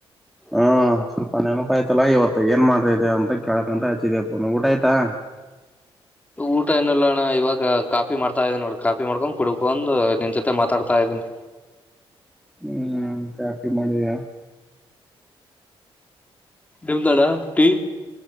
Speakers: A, in the centre; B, on the left (about 15°).
A: ಹಾ ಸ್ವಲ್ಪ ನೆನಪ ಆಯ್ತಲ್ಲಾ ಇವತ್ತು ಏನ್ ಮಾಡ್ತಾ ಇದ ಅಂತ ಕೇಳಕಂತ ಹಚ್ಚಿದಪ್ಪ ಊಟ ಆಯ್ತಾ ಹ
B: ಊಟ ಏಲ್ಲಣ್ಣ ಇವಾಗ ಕಾಪಿ ಮಾಡ್ತಾ ಇದೇ ನೋ ಕಾಪಿ ಮಾಡ್ಕೊಂಡು ಕುಡ್ಕೊಂಡ್ ನಿನ್ ಜೊತೆ ಮಾತಾಡ್ತಾ ಇದಿ ಹ
A: ಹ್ಮ್ ಕ್ಯಾಪಿ ಮಾಡಿಯಾ
B: ನಿಮ್ದಾ ಅಣ್ಣ ಟೀ